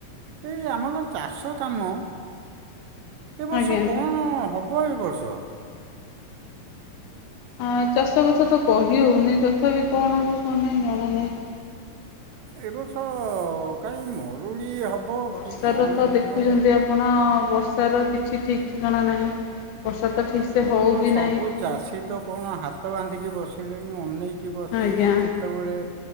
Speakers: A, on the right (about 80°); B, on the left (about 75°).
A: ଏଇ ଆମର ଚାଷ କାମ ଏ ବର୍ଷ
B: ଆଜ୍ଞା।
A: କଣ? ହବ ଏଇ ବର୍ଷ।
B: ହଁ ଚାଷ କଥା ତ କହି ହଉନି ତଥାପି କଣ ହବ କନାଇଁ ଜଣାନାହିଁ।
A: ଏ ବର୍ଷ କାହିଁ ମରୁଡ଼ି ହବ
B: ବର୍ଷାର
A: କି କଣ
B: ତ ଦେଖୁଛନ୍ତି
A: ହବ?
B: ଆପଣ ବର୍ଷାର କିଛି ଠିକ୍ ଠିକଣା ନାହିଁ ବର୍ଷା ତ ଠିକ୍ ସେ
A: କଣ
B: ହଉବି
A: ସବୁ
B: ନାହିଁ।
A: ଚାଷୀ ତ କଣ ହାତ ବାନ୍ଧିକି ବସିଲେଣି ଅନେଇକି ବସିଛନ୍ତି
B: ଆଜ୍ଞା
A: କେତେବେଳେ